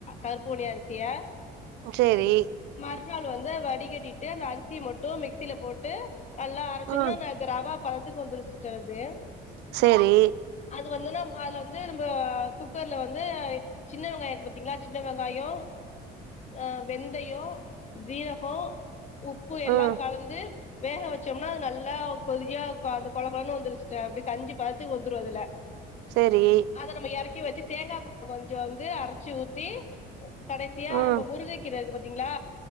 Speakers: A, on the left; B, on the right.
A: கருப்பு கவுனி அரிசிய
B: சேரி
A: மறுநாள் வந்து வடிகட்டிட்டு அந்த அரிசிய மட்டு மிக்சியில போட்டு நல்லா அரைச்சோனாந்த
B: ம்.
A: ரவா பதத்துக்கு வந்துரும் சிஸ்ட அது
B: சேரி
A: அது வந்துனா அதுல வந்து நம்ப குக்கர்ல வந்து சின்ன வெங்காய இருக்கு பாத்தீங்ளா சின்ன வெங்காயோ அ வெந்தயோ ஜீரகோ உப்பு எல்லா
B: ம்.
A: கலந்து வேக வச்சோம்னா அது நல்லா கொதியா அந்த கொழகொழனு வந்துரு சிஸ்ட அப்டி கஞ்சி பததுக்கு வந்துரு‌ அதுல்ல
B: சேரி
A: அதை நம்ம எறக்கி வச்சி தேங்காய்பூ கொஞ்சோ வந்து அரச்சு ஊத்தி கடைசியா
B: ம்.
A: நம்ம முருங்க கீர இருக்கு பாத்தீங்களா